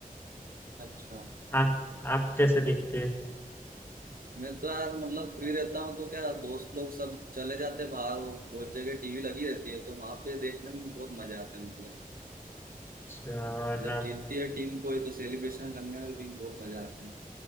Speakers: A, on the right; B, on the left.
A: अच्छा
B: आप आप कैसे देखते हैं
A: मैं तो यार मतलब फ्री रहता हूँ तो क्या दोस्त लोग सब चले जाते हैं बाहर और बहुत जगह टीवी लगी रहती है तो वहां पे देखने में बहुत मजा आता है मतलब।
B: अच्छा, और
A: जब
B: आप
A: जीतती है टीम कोई तो सेलिब्रेशन करने में भी बहुत मजा आता है